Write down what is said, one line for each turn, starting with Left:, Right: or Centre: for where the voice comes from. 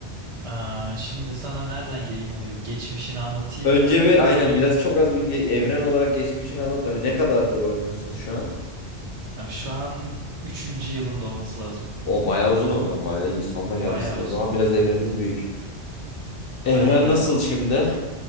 Right: Ee, şimdi sana nereden gireyim? Hani bir geçmişini anlatayım
Left: Önce
Right: mı?
Left: bir aynen
Right: Diğer oyun...
Left: biraz çok az bir ge- evren olarak geçmişini anlat ve ne kadardır oynuyorsunuz şu an?
Right: Abi şu an üçüncü yılında olması lazım.
Left: O bayağı uzun o zaman. Bayağı iyi. Sonuna
Right: Bayağı
Left: gelmişsiniz. O
Right: uzun.
Left: zaman biraz evreniniz büyük. Evren
Right: Aynen.
Left: nasıl şimdi?